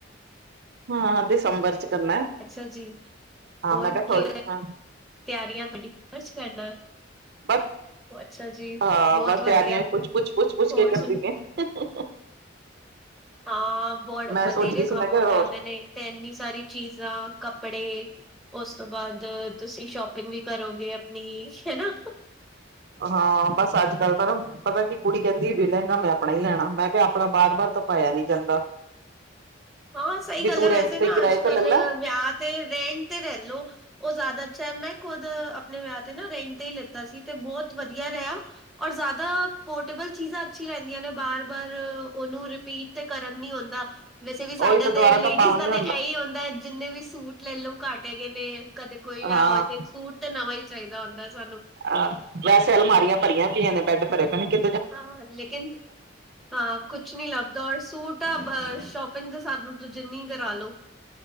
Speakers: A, on the right (about 55°); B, in the centre.
A: ਹਾਂ ਦਸੰਬਰ ਚ ਕਰਨਾ
B: ਅੱਛਾ ਜੀ
A: ਹਾਂ
B: ਹੋਰ
A: ਮੈਂ ਕਿਹਾ
B: ਕੀ
A: ਥੋੜੀ ਹਾਂ
B: ਤਿਆਰੀਆਂ ਤੁਹਾਡੀ ਖਚ ਕਰਨਾ
A: ਬਸ
B: ਅੱਛਾ ਜੀ,
A: ਹਾਂ
B: ਬਹੁਤ
A: ਬਸ ਤਿਆਰੀਆਂ
B: ਵਧੀਆ।
A: ਵੀ ਪੁੱਛ, ਪੁਛ, ਪੁੱਛ, ਪੁੱਛ
B: ਹੋਰ
A: ਕੇ ਕਰਦੀ
B: ਸੁਣ
A: ਪਈ ਹਾ <inaudible>
B: ਹਾਂ ਬੜ ਬਥੇਰੇ
A: ਸੋਚ ਰਹੀ
B: ਕੰਮ
A: ਸੀ ਮੈਂ ਕਿਹਾ
B: ਹੋ
A: ਹੋਰ
B: ਜਾਂਦੇ ਨੇ ਤੇ ਐਨੀ ਸਾਰੀ ਚੀਜ਼ਾਂ ਕੱਪੜੇ ਉਸ ਤੋਂ ਬਾਦ ਤੁਸੀਂ ਸ਼ੋਪਿੰਗ ਵੀ ਕਰੋਗੇ ਆਪਣੀ ਹਨਾ
A: ਹਾਂ ਬਸ ਅੱਜ ਕੱਲ ਤਾਂ ਨਾ ਪਤਾ ਕੀ ਕੁੜੀ ਕਹਿੰਦੀ ਵੀ ਲਹਿੰਗਾ ਮੈਂ ਆਪਣਾ ਈ ਲੈਣਾ ਮੈਂ ਕਿਹਾ ਆਪਣਾ ਬਾਰ- ਬਾਰ ਤਾਂ ਪਾਇਆ ਨੀ ਜਾਂਦਾ।
B: ਹਾਂ, ਸਹੀ
A: ਵੀ
B: ਗੱਲ
A: ਤੂੰ
B: ਹੈ
A: ਰੈਂਟ
B: ਵੈਸੇ
A: ਤੇ
B: ਨਾ,
A: ਕਿਰਾਏ
B: ਅੱਜ-
A: ਤੇ
B: ਕੱਲ
A: ਲੈ ਲੈ
B: ਵਿਆਹ ਤੇ ਰੈੰਟ ਤੇ ਲੈ ਲੋੋ। ਉਹ ਜ਼ਿਆਦਾ ਅੱਛਾ ਏ, ਮੈਂ ਖੁਦ ਆਪਣੇ ਵਿਆਹ ਤੇ ਨਾ ਰੈੰਟ ਤੇ ਹੀ ਲਿਤਾ ਸੀ, ਤੇ ਬੋਤ ਵਧੀਆ ਰਿਹਾ। ਔਰ ਜ਼ਿਆਦਾ ਪੋਰਟੇਬਲ ਚੀਜ਼ਾਂ ਅੱਛੀ ਰਹਿੰਦੀਆਂ ਨੇ, ਬਾਰ- ਬਾਰ ਉਹਨੂੰ ਰਿਪੀਟ ਤੇ ਕਰਨ ਨੀ ਹੁੰਦਾ, ਵੈਸੇ ਵੀ ਸਾਡਾ
A: ਉਹੀ ਤਾਂ ਦੁਬਾਰਾ
B: ਤੇ ਲੇਡੀਜ਼
A: ਤਾਂ ਪਾਵਨ
B: ਦਾ
A: ਨੀ
B: ਤੇ ਇਹੀ ਹੁੰਦਾ ਜਿੰਨੇ ਵੀ ਸੂਟ ਲੈ ਲਓ, ਘੱਟ ਹੈਗੇ ਨੇ। ਕਦੇ ਕੋਈ ਵਿਆਹ
A: ਹਾਂ
B: ਹੋਵੇ ਤੇ, ਇਕ ਸੂਟ ਤੇ ਨਵਾਂ ਹੀ ਚਾਈਦਾ ਹੁੰਦਾ ਸਾਨੂੰ।
A: ਅਹ, ਵੈਸੇ ਅਲਮਾਰੀਆਂ ਭਰੀਆਂ ਪਈਆਂ ਨੇ, ਬੈਡ ਭਰੇ ਪਏ ਨੇ, ਕਿ
B: ਹਾਂ ਲੇਕਿਨ, ਹਾਂ ਕੁਛ ਨਹੀਂ ਲੱਭਦਾ ਔਰ ਸੂਟ ਤਾਂ ਬਸ, ਸ਼ੋਪਿੰਗ ਤਾਂ ਸਾਨੂੰ ਜਿੰਨੀ ਕਰਾਾਲੋ,